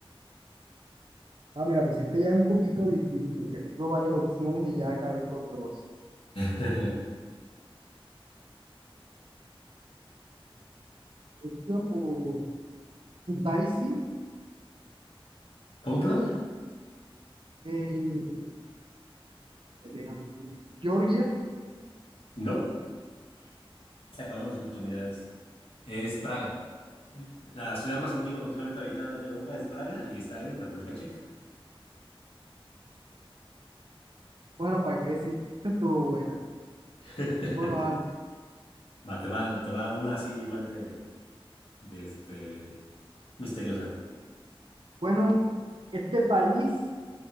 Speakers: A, on the right; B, on the left.
A: Ah, me la pusiste ya un poquito difícil porque tengo varias opciones y ya acabé con dos.
B: <laughs>
A: Iba por Daisy,
B: ¿Cómo, perdón?
A: en... déjame ver, Georgia.
B: No, se acabaron las oportunidades. Es Praga. La ciudad más antigua continuamente habitada de Europa es Praga y está en República Checa.
A: Bueno, ¿para qué decir? Esta estuvo buena.
B: <laughs>
A: Bueno, dale.
B: Va, te va, te va una así igual de, de este, misteriosa.
A: Bueno, este país...